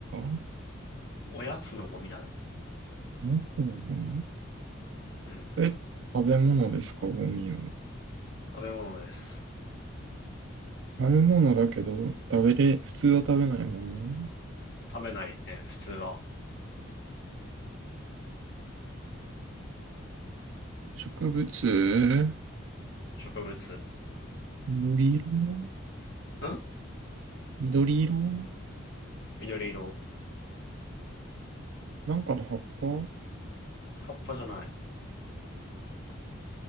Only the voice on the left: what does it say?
おやつのゴミだね。
うん。
食べ物です。
食べないね、普通は。
植物。
ん
緑色。
葉っぱじゃない。